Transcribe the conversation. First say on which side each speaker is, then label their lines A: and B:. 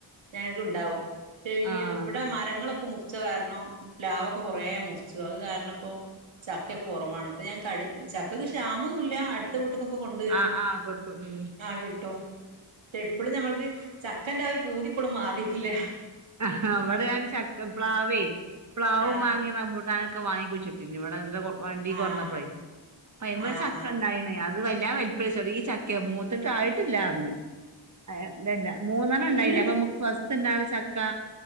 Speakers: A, on the right; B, on the right.
A: ഞങ്ങക്ക് ഉണ്ടാവും. പക്ഷെ ഈ
B: ആഹ്
A: ഇവടെ മരങ്ങളൊ ക്ക മുർച്ച കാരണം പ് ലാവൊക്കെ കൊറേ മുറിച്ചു. അത് കാരണപ്പോ ചക്ക്യൊക്കെ കൊറവാണ് ഇപ്പൊ ഞാൻ കഴ് ചക്കക്ക് ക്ഷാമൊന്നുല്ല അടുത്ത വീട്ട്ന്ന് ക്കൊ കൊണ്ടുവരും.
B: ആഹ് ആഹ് ക്ട്ടും ഉം
A: ആഹ് കിട്ടും പക്ഷെ ഇപ്പോളും ഞമ്മൾക്ക് ചക്കന്റെ ആ ഒരു പൂതി ഇപ്പോളും മാറിട്ടില്ല.
B: ആഹ അവിടെ ഞാൻ ചക്ക പ്ലാവേ പ്ലാവ്
A: ആഹ്
B: മാങ്ങേം റമ്പൂട്ടാൻ ഒക്കെ വാങ്ങിക്ക് വെച്ചിട്ടില്ലെ ഇവിടെ ഇവിടെ കൊ വണ്ടി കൊറന്നപ്പളേ
A: ആഹ്
B: അയ്മ്മേ
A: ആഹ്
B: ചക്കണ്ടായിന്നെ
A: ആഹ്
B: അ ത് വല്ല വെൽപ്പിടിച്ചോ ഈ ചക്ക മൂത്തിട്ട് ആയിട്ടി ല്ലാർന്നു. അയ് പിന്നെ മൂന്നണ്ണം ഉണ്ടായില്ലെ
A: വീണ്
B: അപ്പൊ നമ്മക്ക് ഫസ്റ്റ് ഉണ്ടാ ക്കാ